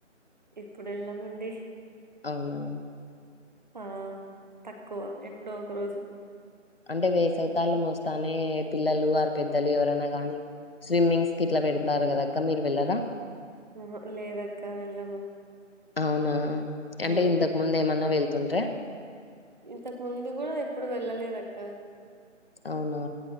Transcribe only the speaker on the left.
అవునా
అంటే వేసవికాలం మోస్తానే పిల్లలు వారు పెద్దలు ఎవరైనా గాని స్విమ్మింగ్స్ కి ఇట్లా వెళతారు కదక్క మీరు వెళ్ళరా
అవునా
అంటే ఇంతక్ ముందే ఏమన్నా వెళ్ ఉంటే
అవునా